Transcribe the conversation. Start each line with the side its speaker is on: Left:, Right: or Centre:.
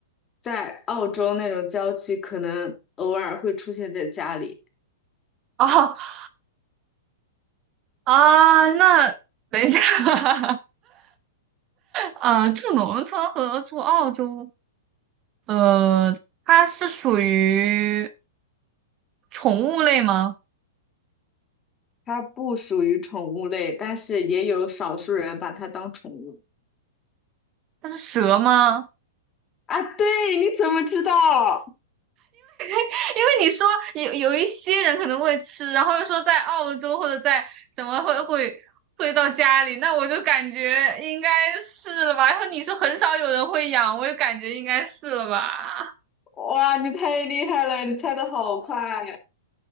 Left: 在澳洲那种郊区，可能偶尔会出现在家里。
Right: 哦，<laughs> 啊，那等一下，<laughs> 啊，住农村和住澳洲，呃，它是属于宠物类吗？
Left: 它不属于宠物类，但是也有少数人把它当宠物。
Right: 它是蛇吗？
Left: 啊，对，你怎么知道？
Right: <laughs> 因为你说有有一些人可能会吃，然后又说在澳洲或者在什么会会会到家里，那我就感觉应该是了吧。然后你说很少有人会养，我就感觉应该是了吧。
Left: 哇，你太厉害了，你猜的好快。